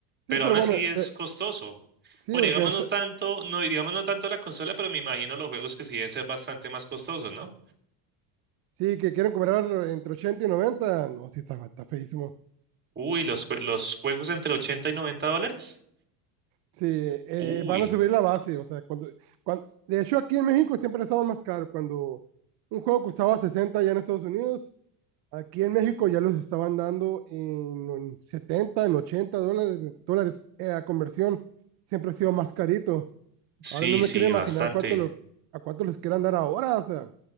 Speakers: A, on the right (about 20°); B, on the right (about 50°).
A: pero
B: Sí, pero
A: aún así
B: bueno,
A: es
B: te-
A: costoso.
B: sí,
A: Bueno,
B: porque
A: digamos
B: está-
A: no tanto, no, y digamos no tanto la consola, pero me imagino los juegos que sí deben ser bastante más costosos, ¿no?
B: sí, que quieren cobrar entre ochenta y noventa No, sí, está, está feísimo.
A: Uy, los, jue- los juegos entre 80 y noventa dólares.
B: Sí, eh,
A: Uy,
B: van a subir la base. O sea, cuando, cuando, de hecho, aquí en México siempre ha estado más caro. Cuando un juego costaba 60 ya en Estados Unidos, aquí en México ya los estaban dando en, en setenta en ochenta dólares, dólares eh, a conversión. Siempre ha sido más carito.
A: sí,
B: Ahora no me
A: sí,
B: quiero imaginar
A: bastante.
B: cuánto lo, a cuánto les quieran dar ahora. O sea,